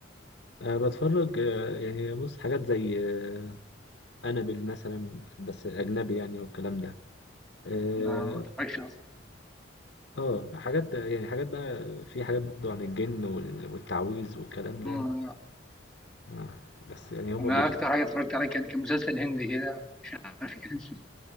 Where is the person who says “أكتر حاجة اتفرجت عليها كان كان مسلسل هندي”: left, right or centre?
Centre